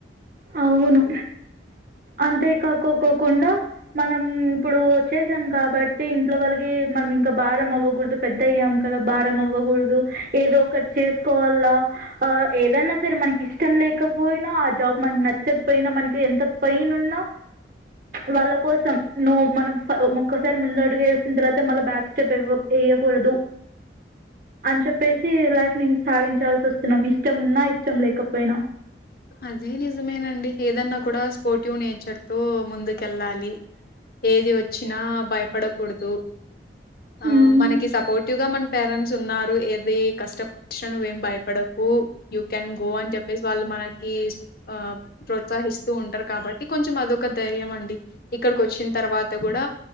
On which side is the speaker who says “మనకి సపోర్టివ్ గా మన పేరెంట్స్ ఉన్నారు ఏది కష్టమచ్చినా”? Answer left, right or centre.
Left